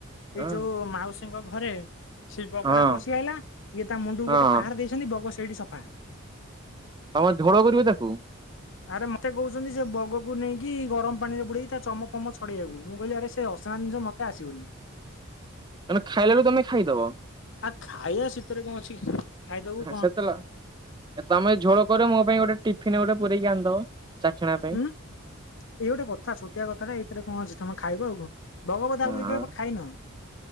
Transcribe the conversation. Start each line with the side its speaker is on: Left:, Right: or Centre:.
Right: ହଁ
Left: ଏଇ ଯୋଉ ମାଉସୀଙ୍କ ଘରେ ସେ ବଗଡା
Right: ହଁ।
Left: ପଶି ଆଇଲା, ଇଏ ତା ମୁଣ୍ଡକୁ
Right: ହଁ
Left: ଗୋଟେ ପାହହାର ଦେଇଛନ୍ତି, ବଗ ସେଇଠି ସଫା।
Right: ତମେ ଝୋଳ କରିବ ତାକୁ
Left: ଆରେ ମତେ କହୁଛନ୍ତି, ସେ ବଗକୁ ନେଇ କି ଗରମ ପାଣିରେ ବୁଡେଇ ତା ଚମ ଫମ ଛଡ଼େଇକୁ, ମୁଁ କହି ଆରେ ସେସନା ଜିନିଷ ମତେ ଆସିବନି
Right: ତମେ ଖାଇଲା ବଳେ ତମେ ଖାଇଦବ।
Left: ଆ ଖାଇବା ଶୀତରେ କଣ ଅଛି ଖାଇଦବୁ କ?
Right: ସେତେବେଳେ ତମେ ଝୋଳ କର ମୋ ପାଇଁ ଗୋଟେ, ଟିଫିନ ଗୋଟେ ପୁରଇକି ଆଣିଦବ, ଚାରିଟା ବେଳ ପାଇଁ
Left: ହୁଁ ଏଇ ଗୋଟେ କଥା, ଛୋଟିଆ କଥାଟା ଏଇଥିରେ କଣ ଅଛି, ତମେ ଖାଇବ ଆଉ ଭଗବଧ
Right: ହଁ
Left: ଆଗରୁରେ ଖାଇନ